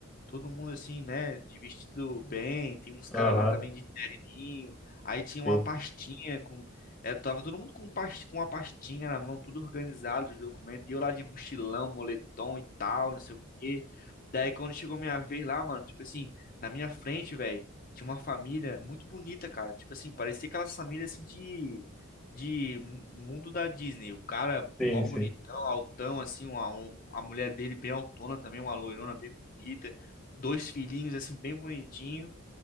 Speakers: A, on the left; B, in the centre.
A: todo mundo, assim, né, de vestido bem. Tem uns caras
B: Aham,
A: lá também de terninho. Aí tinha uma
B: sim.
A: pastinha com. É, tava todo mundo com, past- com uma pastinha na mão, tudo organizado, os documentos. E eu lá de mochilão, moletom e tal, não sei o quê. Daí quando chegou minha vez lá, mano, tipo assim, na minha frente, velho, tinha uma família muito bonita, cara. Tipo assim, parecia aquelas famílias assim de de mu- mundo da Disney. O cara
B: Sim,
A: mó
B: sim.
A: bonitão, altão assim, uma, um- a mulher dele bem altona também, uma loirona bem bonita, dois filhinhos assim bem bonitinho